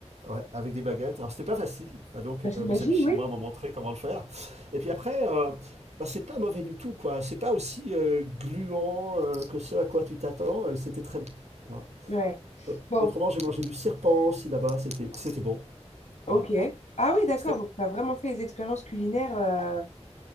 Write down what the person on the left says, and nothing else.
Bah, J'imagine,
oui.
Ouais.
Bon,
ok.
Ah oui, d'accord.
Donc, tu as vraiment fait des expériences culinaires euh,